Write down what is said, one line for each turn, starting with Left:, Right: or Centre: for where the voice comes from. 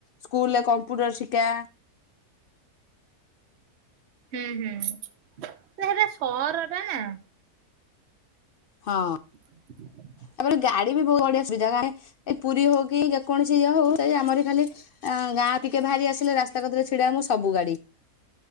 Left: ସ୍କୁଲ ରେ କମ୍ପ୍ୟୁଟର ଶିକ୍ଷା
Right: ହୁଁ ହୁଁ ସେ ସେଇଟା ସହର ଟା ନା
Left: ହଁ
Right: <inaudible>
Left: ତାପରେ ଗାଡି ବି ବହୁତ ବଢିଆ ସୁବିଧା କାଇଁ କି ପୁରୀ ହଉ କି ଯେକୌଣସି ଇଏ ହଉ ଚାଇ ଆମରି ଖାଲି ଅ ଗାଁ ଟିକେ ଭାରି ଆସିଲେ ରାସ୍ତା କତିରେ ଛିଡା ହବୁ ସବୁ ଗାଡି।